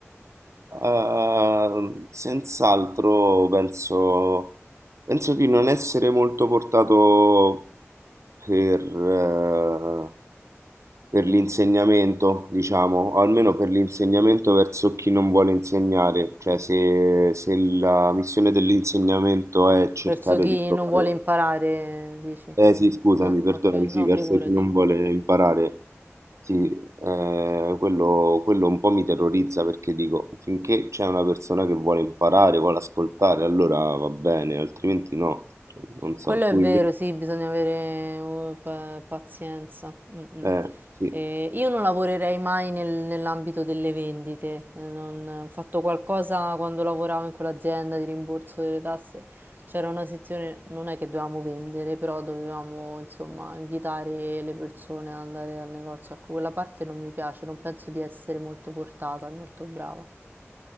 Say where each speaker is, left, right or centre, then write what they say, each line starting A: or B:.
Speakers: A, on the right; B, on the right.
A: eh, senz'altro penso... Penso di non essere molto portato per, eh, per l'insegnamento, diciamo, o almeno per l'insegnamento verso chi non vuole insegnare, cioè se, se la missione dell'insegnamento è cercare
B: Verso chi
A: di trovare...
B: non vuole imparare, dici?
A: Eh sì, scusami,
B: Ah,
A: perdonami,
B: ok,
A: sì,
B: no,
A: verso
B: figurati.
A: chi non vuole imparare, sì, eh, quello, quello un po' mi terrorizza perché dico, finché c'è una persona che vuole imparare, vuole ascoltare, allora va bene, altrimenti no, Cioè, non so,
B: Quello
A: tu
B: è vero,
A: invece...
B: sì, bisogna avere eh, pa- pazienza. Mm, mm.
A: Eh sì,
B: Eh, io non lavorerei mai nel- nell'ambito delle vendite. eh, non- ho fatto qualcosa quando lavoravo in quell'azienda di rimborso delle tasse. C'era una sezione, non è che dovevamo vendere, però dovevamo insomma invitare le persone ad andare al negozio. Ecco, quella parte non mi piace, non penso di essere molto portata, molto brava.